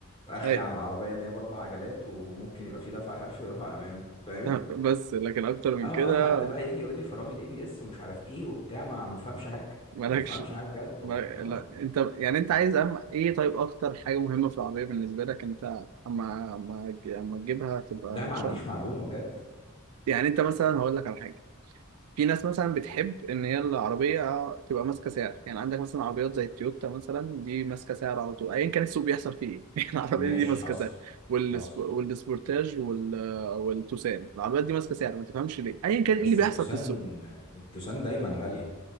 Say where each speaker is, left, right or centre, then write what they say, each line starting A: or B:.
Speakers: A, on the left; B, on the right.
A: اخري
B: أي...
A: عن العربيه ان هي باربع عجلات وممكن يبقى في دفع خلفي ودفع امامي فاهم
B: <laughs> بس لكن اكتر من
A: اه
B: كده
A: اه حد بقى يجي يقول لي فرامل الاي بي اس ومش عارف ايه وبتاع ما ما فهمش حاجه
B: مالكش
A: ما فهمش حاجه بجد والله
B: مالك...
A: اه آه.
B: لا انت يعني انت عايز أم... ايه طيب اكتر حاجه مهمه في العربيه بالنسبه لك انت اما اما اما تجيبها تبقى
A: ده
B: ان
A: ما
B: شاء
A: عنديش
B: الله
A: معلومه بجد
B: يعني انت مثلا هقول لك على حاجه في ناس مثلا بتحب ان هي العربيه تبقى ماسكه سعر يعني عندك مثلا عربيات زي التويوتا مثلا دي ماسكه سعر على طول ايا كان السوق بيحصل فيه ايه <laughs> يعني العربيه
A: ماشي
B: دي ماسكه
A: حصل
B: سعر والسب...
A: حصل
B: والسبورتاج وال... والتوسان العربيات دي ماسكه سعر ما تفهمش ليه ايا
A: بس
B: كان ايه اللي بيحصل
A: التوسان
B: في السوق
A: التوسان دايما غاليه